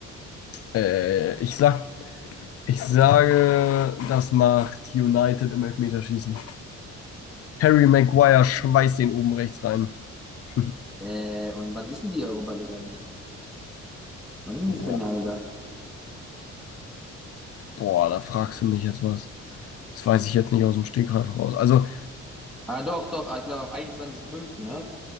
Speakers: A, on the left; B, in the centre.
A: Äh, ich sag, ich sage, das macht United im Elfmeterschießen. Harry Maguire schweißt den oben rechts rein. <laughs>
B: Äh, und wann ist denn die Europa League eigentlich? Wann ist denn
A: Boah,
B: das Finale da?
A: boah, da fragst du mich jetzt was. Das weiß ich jetzt nicht aus dem Stegreif raus. Also
B: Ah, doch, doch, ah, ich glaube am 21.05., ne?